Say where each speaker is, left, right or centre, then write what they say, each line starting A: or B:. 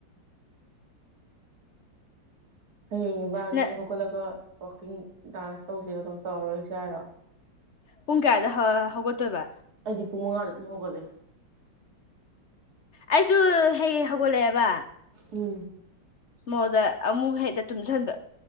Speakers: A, on the right (about 55°); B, on the left (about 50°).
A: ꯍꯌꯦꯡ ꯏꯕꯥꯅꯤ
B: ꯅ
A: ꯍꯧꯒꯠꯂꯒ ꯋꯥꯛꯀꯤꯡ ꯗꯥꯟꯁ ꯇꯧꯁꯦꯗꯨ ꯗꯨꯝ ꯇꯧꯔꯔꯣꯏꯁꯦ ꯍꯥꯏꯔꯣ
B: ꯄꯨꯡ ꯀꯌꯥꯗ ꯍ ꯍꯧꯒꯠꯇꯣꯏꯕ
A: ꯑꯩꯗꯤ ꯄꯨꯡ ꯃꯉꯥꯗ ꯑꯗꯨꯝ ꯍꯧꯒꯠꯂꯦ
B: ꯑꯩꯁꯨ ꯍꯦꯛ ꯍꯧꯒꯠꯂꯛꯑꯦꯕ
A: ꯎꯝ
B: ꯃꯣꯗ ꯑꯃꯨꯛ ꯍꯦꯛꯇ ꯇꯨꯝꯁꯟꯕ